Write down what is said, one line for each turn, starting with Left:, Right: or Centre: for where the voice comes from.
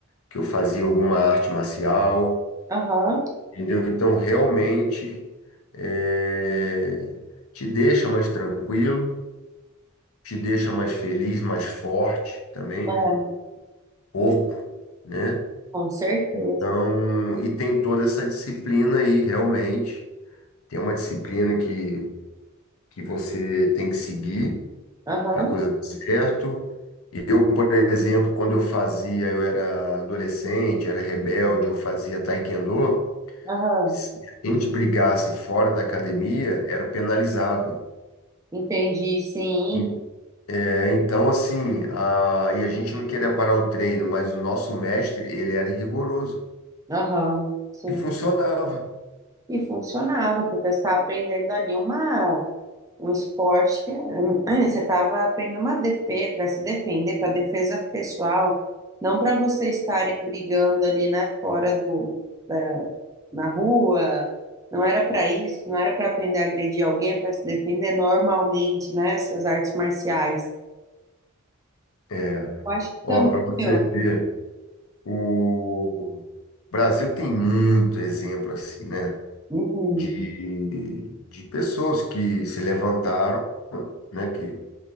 Left: que eu fazia alguma arte marcial,
Right: Aham,
Left: entendeu? Então, realmente, é, te deixa mais tranquilo, te deixa mais feliz, mais forte também,
Right: é,
Left: né? Corpo, né?
Right: com certeza.
Left: Então, e tem toda essa disciplina aí, realmente. Tem uma disciplina que, que você tem que seguir
Right: Aham,
Left: para a coisa dar certo. E eu, por exemplo, quando eu fazia, eu era adolescente, era rebelde, eu fazia taekwondo.
Right: aham.
Left: Se a gente brigasse fora da academia, era penalizado.
Right: Entendi, sim.
Left: En- é, então, assim, a, e a gente não queria parar o treino, mas o nosso mestre, ele era rigoroso.
Right: Aham, sim.
Left: E funcionava.
Right: E funcionava, porque você estava aprendendo ali uma, um esporte, que, <clears throat> eh, você estava aprendendo uma defesa, para se defender, para defesa pessoal, não para vocês estarem brigando ali, né, fora do, da- na rua, não era para isso, não era para aprender a agredir alguém, para se defender normalmente, né, essas artes marciais.
Left: É,
Right: Eu acho que
Left: Ó,
Right: também,
Left: para você
Right: meu.
Left: ver. O Brasil tem muito exemplo assim, né?
Right: Uhum.
Left: De, de pessoas que se levantaram, né? Que,